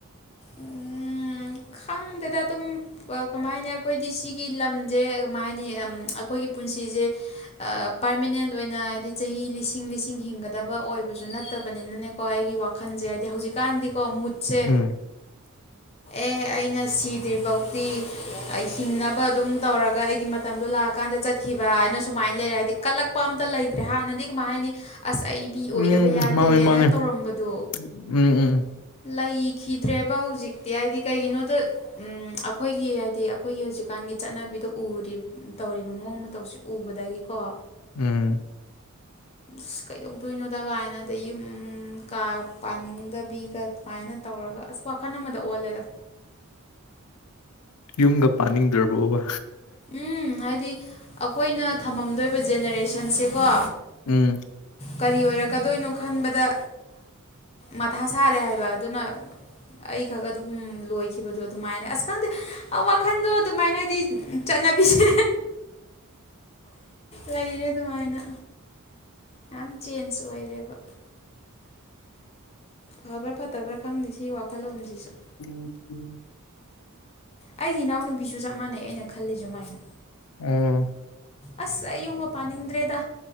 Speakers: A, on the left; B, on the left.
A: ꯎꯝ ꯈꯪꯗꯦꯗ ꯑꯗꯨꯝ ꯄꯥ ꯀꯃꯥꯏ ꯍꯥꯏꯅꯤ ꯑꯩꯈꯣꯏꯗꯤ ꯁꯤꯒꯤ ꯂꯝꯁꯦ ꯀꯃꯥꯏ ꯍꯥꯏꯅꯤ ꯑꯩꯈꯣꯏꯒꯤ ꯄꯨꯟꯁꯤꯁꯦ ꯑꯥ ꯄꯥ꯭ꯔꯃꯤꯅꯦꯟ ꯑꯣꯏꯅ ꯍꯥꯏꯗꯤ ꯆꯍꯤ ꯂꯤꯁꯤꯡ ꯂꯤꯁꯤꯡ ꯍꯤꯡꯒꯗꯕ ꯑꯣꯏꯕꯁꯨ ꯅꯠꯇꯕꯅꯤꯅꯅꯦ ꯀꯣ ꯑꯩꯒꯤ ꯋꯥꯈꯜꯁꯦ ꯍꯥꯏꯗꯤ ꯍꯧꯖꯤꯛꯀꯥꯟꯗꯤꯀꯣ ꯃꯨꯠꯁꯦ
B: ꯎꯝ <inaudible>
A: ꯑꯦ ꯑꯩꯅ ꯁꯤꯗ꯭ꯔꯤꯐꯧꯇꯤ ꯍꯤꯡꯅꯕ ꯑꯗꯨꯝ ꯇꯧꯔꯒ ꯑꯩꯒꯤ ꯃꯇꯝꯗꯣ ꯂꯥꯛ ꯀꯥꯟꯗ ꯆꯠꯈꯤꯕ ꯍꯥꯏꯅ ꯁꯨꯃꯥꯏꯅ ꯂꯩꯔꯦ ꯍꯥꯏꯗꯤ ꯀꯜꯂꯛꯄ ꯑꯝꯇ ꯂꯩꯇ꯭ꯔꯦ ꯍꯥꯟꯅꯗꯤ ꯀꯃꯥꯏ ꯍꯥꯏꯅꯤ ꯑꯁ ꯑꯩ ꯃꯤ ꯑꯣꯏꯗꯕ
B: ꯎꯝ
A: ꯌꯥꯗꯦꯅ
B: ꯎꯝ ꯃꯥꯅꯦ ꯃꯥꯅꯦ
A: ꯇꯧꯔꯝꯕꯗꯣ
B: ꯎꯝ ꯎꯝ
A: ꯂꯩꯈꯤꯗ꯭ꯔꯦꯕ ꯍꯧꯖꯤꯛꯇꯤ ꯍꯥꯏꯗꯤ ꯀꯩꯒꯤꯅꯣꯗ ꯎꯝ ꯑꯩꯈꯣꯏꯒꯤ ꯍꯥꯏꯗꯤ ꯑꯩꯈꯣꯏꯒꯤ ꯍꯧꯖꯤꯛꯀꯥꯟꯒꯤ ꯆꯠꯅꯕꯤꯗ ꯎꯔꯤꯕ꯫ ꯇꯧꯔꯤꯕ ꯃꯑꯣꯡ ꯃꯇꯧꯁꯤ ꯎꯕꯗꯒꯤꯀꯣ꯫
B: ꯎꯝ
A: ꯑꯁ ꯀꯩꯗꯧꯗꯣꯏꯅꯣꯗ ꯀꯥꯏꯅ ꯑꯗꯩ ꯌꯨꯝ ꯀꯥꯒ ꯄꯥꯅꯤꯡꯗꯕꯤꯒ꯫ ꯁꯨꯃꯥꯏꯅ ꯇꯧꯔꯒ ꯑꯁ ꯋꯥꯈꯜ ꯑꯃꯗ ꯑꯣꯜꯂꯦꯗ꯫
B: ꯌꯨꯝꯒ ꯄꯥꯅꯤꯡꯗ꯭ꯔꯕꯣꯕ꯫
A: ꯎꯝ ꯍꯥꯏꯗꯤ ꯑꯩꯈꯣꯏꯅ ꯊꯝꯃꯝꯗꯣꯏꯕ ꯖꯦꯅꯦꯔꯦꯁꯟꯁꯦꯀꯣ꯫
B: ꯎꯝ
A: ꯀꯔꯤ ꯑꯣꯏꯔꯛꯀꯗꯣꯏꯅꯣ ꯈꯟꯕꯗ ꯃꯊꯥ ꯁꯥꯔꯦ ꯍꯥꯏꯕ ꯑꯗꯨꯅ꯫ ꯑꯩꯈꯛ ꯑꯗꯨꯝ ꯂꯣꯏꯈꯤꯕꯗꯣ ꯑꯗꯨꯃꯥꯏꯅ ꯑꯁ ꯈꯪꯗꯦ ꯋꯥꯈꯟꯗꯣ ꯑꯗꯨꯃꯥꯏ ꯊꯥꯏꯅꯗꯤ ꯆꯠꯅꯕꯤꯁꯦ ꯂꯩꯔꯦ ꯑꯗꯨꯃꯥꯏꯅ꯫ ꯌꯥꯝ ꯆꯦꯟꯖ ꯑꯣꯏꯔꯦꯕ꯫ ꯐꯕ꯭ꯔꯥ ꯐꯠꯇꯕ꯭ꯔꯥ ꯈꯪꯗꯦ ꯁꯤ ꯋꯥꯈꯜꯂꯣꯟꯁꯤꯁꯨ꯫
B: <inaudible>
A: ꯑꯩꯒꯤ ꯏꯅꯥꯎꯅꯨꯄꯤꯁꯨ ꯆꯞ ꯃꯥꯟꯅꯩ ꯑꯩꯅ ꯈꯜꯂꯤ ꯁꯨꯃꯥꯏꯅ꯫
B: ꯎꯝ꯫
A: ꯑꯁ ꯑꯩ ꯌꯨꯝꯒ ꯄꯥꯅꯤꯡꯗ꯭ꯔꯦꯗ